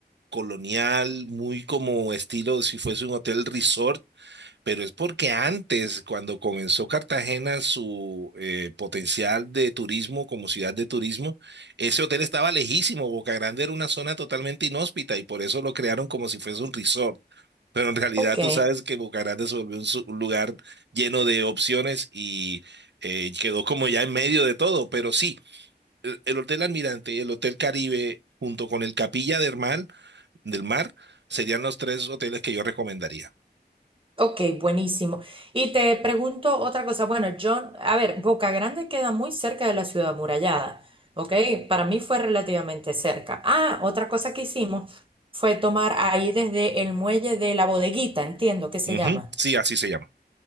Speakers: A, on the right; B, on the right.
A: colonial muy como estilo si fuese un hotel resort pero es porque antes, cuando comenzó Cartagena su eh, potencial de turismo como ciudad de turismo, ese hotel estaba lejísimo. Boca Grande era una zona totalmente inhóspita y por eso lo crearon como si fuese un resort. Pero en realidad
B: ok,
A: tú sabes que Boca Grande se volvió un, su- un lugar lleno de opciones y eh, quedó como ya en medio de todo. Pero sí, el, el Hotel Almirante y el Hotel Caribe junto con el Capilla del Mar, del Mar serían los tres hoteles que yo recomendaría.
B: ok, buenísimo. Y te pregunto otra cosa. Bueno, yo, a ver, Boca Grande queda muy cerca de la ciudad amurallada, ¿ok? Para mí fue relativamente cerca. Ah, otra cosa que hicimos fue tomar ahí desde el muelle de la bodeguita, entiendo que se
A: Ujú,
B: llama.
A: Sí, así se llama.